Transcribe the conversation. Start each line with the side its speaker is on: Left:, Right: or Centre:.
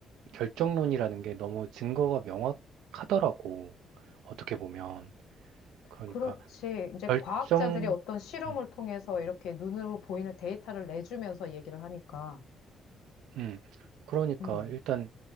Right: 결정론이라는 게 너무 증거가 명확하더라고. 어떻게 보면. 그러니까
Left: 그렇지. 이제
Right: 결정,
Left: 과학자들이 어떤 실험을
Right: 음,
Left: 통해서 이렇게 눈으로 보이는 데이터를 내주면서 얘기를 하니까.
Right: 음. 그러니까
Left: 음,
Right: 일단